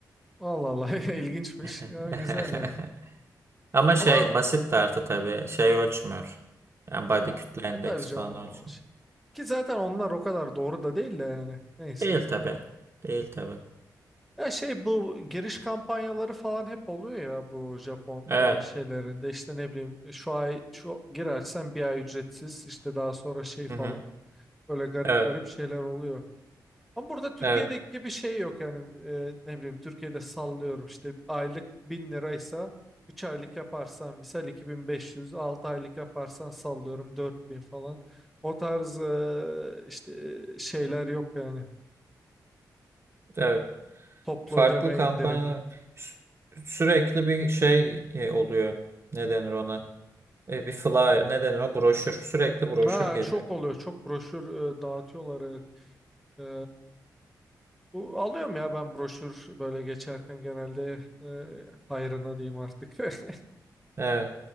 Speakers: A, in the centre; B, on the right.
A: Allah Allah <laughs> ilginçmiş.
B: <laughs>
A: Ya, güzel yani.
B: Ama şey
A: Ama
B: basit tartı tabii. Şey ölçmüyor. Yani body
A: Ya,
B: kütle
A: e,
B: endeksi
A: tabii canım
B: falan
A: o
B: ölçmüyor.
A: şey. Ki zaten onlar o kadar doğru da değil de yani. Neyse.
B: Değil tabii. Değil tabii.
A: Ya şey bu giriş kampanyaları falan hep oluyor ya bu Japon
B: Evet.
A: e, şeylerinde işte ne bileyim şu ay şu girersen bir ay ücretsiz işte daha sonra şey falan
B: Hı hı.
A: böyle garip
B: Evet.
A: garip şeyler oluyor. Ama burada Türkiye'deki
B: Evet.
A: gibi bir şey yok yani e, ne bileyim Türkiye'de sallıyorum işte aylık 1000 liraysa 3 aylık yaparsan misal iki bin beş yüz 6 aylık yaparsan sallıyorum 4000 falan o tarz e, işte e, şeyler yok yani
B: Evet.
A: toplu
B: Farklı
A: ödeme
B: kampanyalar
A: indirimi.
B: sü- sürekli bir şey e, oluyor. Ne denir ona? E, bir flyer. Ne denir o? Broşür. Sürekli broşür
A: Ha,
B: geliyor.
A: çok oluyor çok broşür e, dağıtıyorlar evet. E, bu alıyorum ya ben broşür böyle geçerken genelde e, hayrına diyeyim artık. <laughs>
B: Evet.